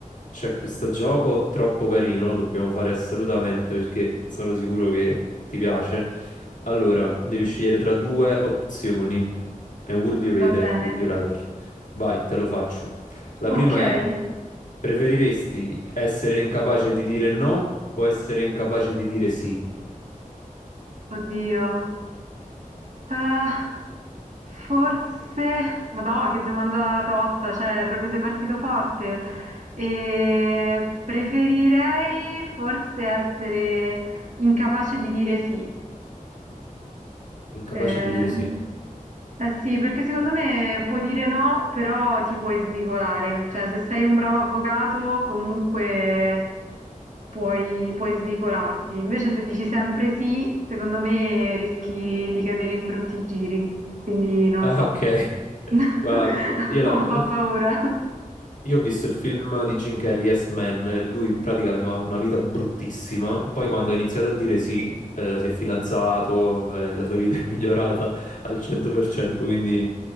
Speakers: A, on the left (about 60°); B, on the right (about 60°).
A: C'è questo gioco troppo carino, lo dobbiamo fare assolutamente perché sono sicuro che ti piace. Allora, devi scegliere tra due opzioni. È un Would You Rather,
B: Va bene,
A: Would You Rather. Vai, te lo faccio. La
B: okay.
A: prima è, preferiresti essere incapace di dire no o essere incapace di dire sì?
B: Oddio. Uhm, forse madò, che domanda tosta, cioè proprio sei partito forte. Ehm, preferirei forse essere incapace di dire sì.
A: Incapace
B: Eh,
A: di dire sì.
B: eh sì, perché secondo me puoi dire no, però ti puoi svicolare. Cioè, se sei un bravo avvocato, comunque puoi, puoi svicolarti. Invece, se dici sempre sì, secondo me rischi di cadere in brutti giri. Quindi non
A: Ah,
B: lo so.
A: ok. <laughs>
B: <laughs>
A: Ma io la...
B: Ho
A: <laughs>
B: un po' paura.
A: Io ho visto il film di Jim Carrey, Yes Man, e lui in pratica aveva una vita bruttissima, poi quando ha iniziato a dire sì, eh, si è fidanzato, eh, la sua vita è <laughs> migliorata al 100%, quindi